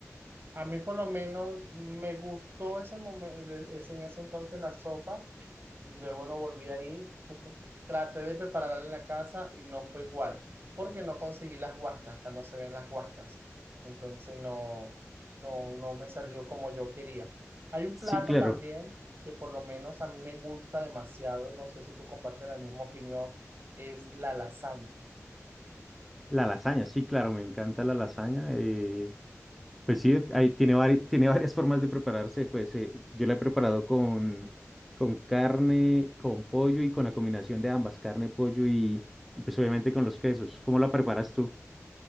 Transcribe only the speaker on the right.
A mí por lo menos me gustó ese momento, en ese entonces la sopa. Luego no volví ahí. Traté de prepararla en la casa y no fue igual, porque no conseguí las huascas, acá no se ven las huascas. Entonces no, no, no me salió como yo quería. Hay un
plato
también que por lo menos a mí me gusta demasiado, no sé si tú compartes la misma opinión, es la lasaña.